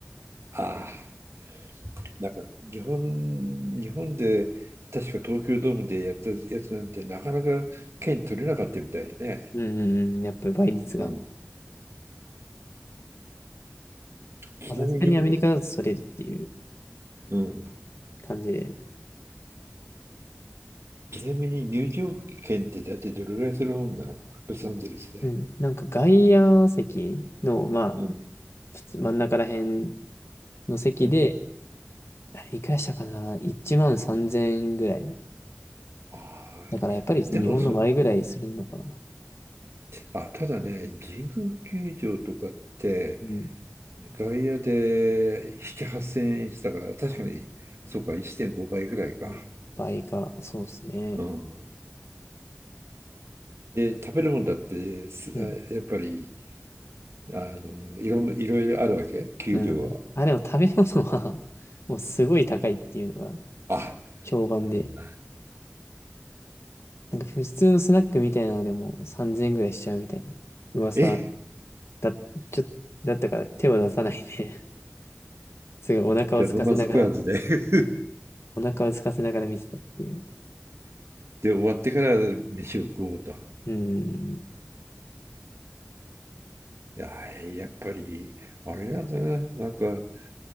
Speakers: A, on the right; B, on the left.
A: ああ、なんか日本、日本で確か東京ドームでやったやつなんてなかなか券取れなかったみたいね。
B: うん、うんうんやっぱり倍率が。
A: うん。ちなみに、
B: まあさすがにアメリカだとそれるっていう
A: うん。
B: 感じで。
A: ちなみに入場券ってだってどれぐらいするもんなのロサンゼルスで。
B: うん。なんか外野席の、まあ、
A: うん。
B: 普通真ん中ら辺の席で、
A: うん。
B: あれいくらしたかな ?1 万3000円ぐらい。
A: ああ、
B: だからやっぱり日本の倍ぐらいするのかな。
A: でもそ、あ、ただね、神宮球場とかって
B: うん。
A: 外野で7、8000円したから、確かに、
B: ま
A: そうか、1.5倍ぐらいか。
B: あ、もう倍か、そうですね。
A: うん。で、食べるもんだってすやっぱり
B: うん
A: あのいろんいろいろあるわけ、球場は。
B: うんうん。あ、でも食べ物は <laughs> もうすごい高いっていうのが
A: あ、
B: 評判で、
A: な
B: なんか普通のスナックみたいなのでも3000円ぐらいしちゃうみたいな噂
A: え、
B: だ、ちょ、だったから手を出さないで <laughs> すごいお腹を空かせながら、
A: じゃあ飲まず食わずで。<laughs>
B: お腹を空かせながら見てたっていう。
A: で、終わってから飯を食おうと。い
B: うん。
A: や、やっぱり、あれなんだな、なんか、